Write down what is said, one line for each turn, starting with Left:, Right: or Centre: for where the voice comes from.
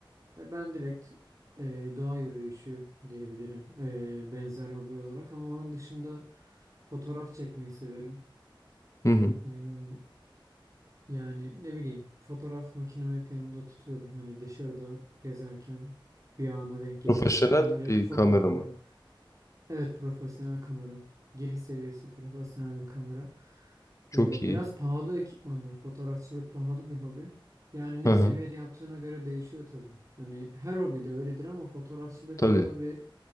Right: E, ben direkt e, doğa yürüyüşü diyebilirim e, benzer hobi olarak ama onun dışında fotoğraf çekmeyi severim.
Left: Hı hı.
Right: E, Yani ne bileyim fotoğraf makinemi hep yanımda tutuyorum. Hani dışarıda gezerken bir ana denk gelirim.
Left: Profesyonel
Right: Onları hep
Left: bir
Right: fotoğraflarım.
Left: kamera mı?
Right: Evet profesyonel kamera. Giriş seviyesi profesyonel bir kamera.
Left: Çok
Right: Ee, biraz
Left: iyi.
Right: pahalı ekipmanlar. Fotoğrafçılık pahalı bir hobi. Yani ne
Left: Hı
Right: seviyede
Left: hı.
Right: yaptığına göre değişiyor tabii. Hani her hobi de öyledir ama fotoğrafçılıkta
Left: Tabii.
Right: bir